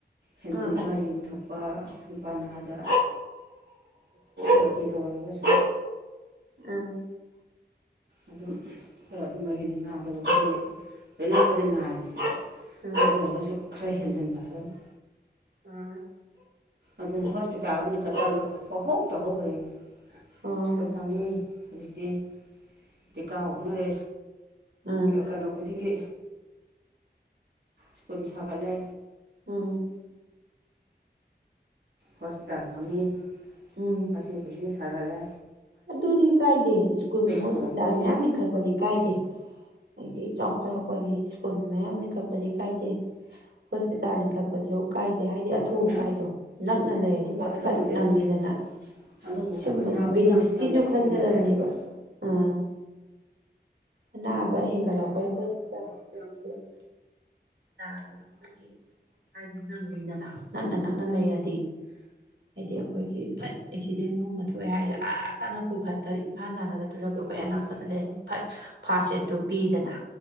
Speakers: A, on the right; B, on the right.
A: ꯍꯦꯟꯖꯤꯟꯕ
B: ꯑꯥ
A: ꯌꯨ ꯊꯛ ꯄꯥ ꯅꯨꯨꯄꯥ ꯅꯍꯥꯗ ꯅꯨꯄꯤꯗ ꯑꯣꯏꯔꯒꯁꯨ
B: ꯎꯝ
A: ꯑꯗꯨꯝ ꯈꯔ ꯑꯗꯨꯝꯕꯒꯤꯅꯤ ꯅꯥꯗꯕꯕꯨꯗꯤ ꯂꯣꯏꯅ ꯐꯣꯏꯗꯅ ꯅꯥꯏꯅꯤ <inaudible>
B: ꯑꯥ
A: ꯑꯗꯨ ꯑꯣꯏꯔꯒꯁꯨ ꯈꯔ ꯍꯦꯟꯖꯤꯟꯕ ꯍꯥꯏꯕ ꯑꯃ
B: ꯎꯝ
A: ꯑꯗꯨꯅ ꯍꯣꯁꯄꯤꯇꯥꯜ ꯑꯃ ꯆꯠꯄꯥꯟꯗ ꯈꯍꯧ ꯇ ꯍꯧꯈ꯭ꯔꯦꯅꯦ
B: ꯑꯥ ꯑꯣ
A: ꯁ꯭ꯀꯨꯜ ꯐꯪꯉꯤ ꯍꯧꯖꯤꯛꯇꯤ ꯊꯤꯀꯥ ꯑꯣꯟꯅꯔꯦ
B: ꯎꯝ
A: ꯀꯩꯅꯣ ꯈꯨꯗꯤꯡꯒꯤ ꯁ꯭ꯀꯨꯜ ꯁꯥꯒꯠꯂꯦ
B: ꯎꯝ
A: ꯍꯣꯁꯄꯤꯇꯥꯜ ꯐꯪꯉꯤ
B: ꯎꯝ
A: ꯃꯆꯤ ꯈꯨꯗꯤꯡ ꯁꯒꯥꯠꯂꯦ
B: ꯑꯗꯨꯗꯤ ꯀꯥꯏꯗꯦ ꯁ꯭ꯀꯨꯜ ꯍꯣꯁꯄꯤꯇꯥꯜ
A: ꯁꯨꯕ ꯄꯣꯠꯁꯤꯅ
B: ꯃꯌꯥꯝ ꯏꯟꯈꯠꯛꯄꯗꯤ ꯀꯥꯏꯗꯦ ꯍꯥꯏꯗꯤ ꯆꯥꯎꯈꯠ ꯑꯩꯈꯣꯏꯒꯤ ꯁ꯭ꯀꯨꯜ ꯃꯌꯥꯝ ꯂꯤꯡꯈꯠꯄꯗꯤ ꯀꯥꯏꯗꯦ ꯍꯣꯁꯄꯤꯇꯥꯜ ꯂꯤꯡꯈꯠꯄꯁꯨ ꯀꯥꯏꯗꯦ ꯍꯥꯏꯗꯤ ꯑꯊꯨ
A: ꯃꯌꯥꯝ
B: ꯑꯀꯥꯏꯗꯣ ꯅꯛꯅ ꯂꯩꯔꯗꯤ
A: ꯍꯣꯏ
B: ꯐꯠ
A: ꯑꯗꯨꯕꯨꯗꯤ
B: ꯐꯠ
A: ꯑꯗꯨꯅꯤ
B: ꯅꯪꯉꯤꯗꯅ
A: ꯑꯗꯨꯕꯨ ꯍꯥꯏꯕ
B: ꯁꯨꯝꯕꯒꯤ
A: ꯅꯥꯕꯒꯤ
B: ꯕꯦꯅꯤꯐꯤꯠ
A: ꯆꯥꯡꯁꯦ
B: ꯁꯤꯁꯨ
A: ꯌꯥꯝ ꯃꯇꯤꯛ
B: ꯈꯟꯒꯗꯕꯅꯦꯕ
A: ꯍꯦꯟꯒꯠꯂꯛꯑꯦ ꯍꯥꯏꯕ
B: ꯑꯥ ꯑꯅꯥꯕ ꯍꯦꯟꯒꯠꯂꯛꯄꯩ ꯍꯁ <inaudible> ꯅꯥꯕꯗ ꯑꯩꯈꯣꯏꯒꯤ ꯑꯊꯨ ꯑꯀꯥꯏꯗꯣ ꯅꯪꯉꯤꯗꯅ ꯅꯛꯅ ꯅꯛꯅ ꯂꯩꯔꯗꯤ ꯍꯥꯏꯗꯤ ꯑꯩꯈꯣꯏꯒꯤ ꯑꯦꯛꯁꯤꯗꯦꯟꯒꯨꯝꯕ ꯊꯣꯛꯑꯦ ꯍꯥꯏꯗꯤ ꯑꯥꯥ ꯇꯥꯅ ꯄꯨꯈꯠꯇ ꯏꯝꯐꯥꯜ ꯇꯥꯅ ꯑꯗꯨꯁꯨꯝꯕꯩ ꯑꯩꯈꯣꯏ
A: ꯃꯥꯅꯤ
B: ꯑꯅꯥꯛꯄꯗ ꯂꯩꯔꯗꯤ ꯐꯠ ꯐꯥꯁ ꯑꯦꯗꯠꯇꯣ ꯄꯤꯗꯅ